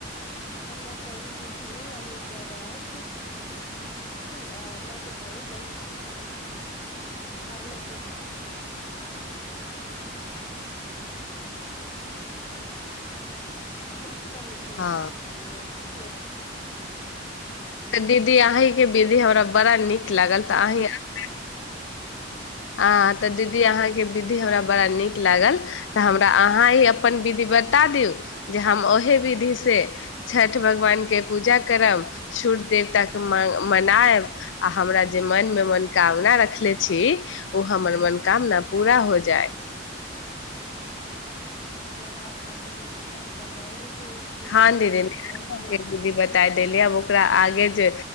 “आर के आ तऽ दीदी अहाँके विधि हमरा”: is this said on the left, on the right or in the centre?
Left